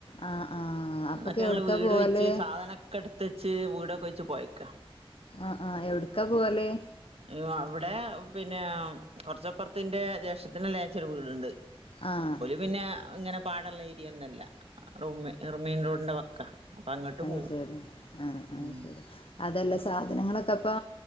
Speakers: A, on the left (about 65°); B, on the right (about 85°).
A: ആഹ് ആഹ് അപ്പൊക്കെ
B: അന്നൊക്കെ ഞങ്ങള്
A: എവിട്ക്കാ
B: വീട്
A: പോവല്
B: ഒയ്ച്ച് സാധനൊക്കെട്ത്തെച്ച് വീടൊക്കെ ഒയ്ച്ച് പോയേക്കാ
A: ആ ആ എവ്ട്ക്കാ പോവല്
B: ഏ അവ്ടേ പിന്നെ കൊർച്ചപ്പൊർത്ത് ന്റെ ജേഷട്ടത്തിനേ ലേച്ച ഒര് വീട്ണ്ട്
A: ആഹ്
B: പിന്നെ ഇങ്ങനെ പാടള്ള ഏരിയ ഒന്നല്ല റുമ്മേ റുമ്മേ മെയിൻ റോഡിന്റെ വക്കാ അപ്പൊ അങ്ങട്ട്
A: <unintelligible>
B: പോവും
A: ആ ആ
B: ഉം
A: അതല്ല സാധനങ്ങളൊക്കെ അപ്പോ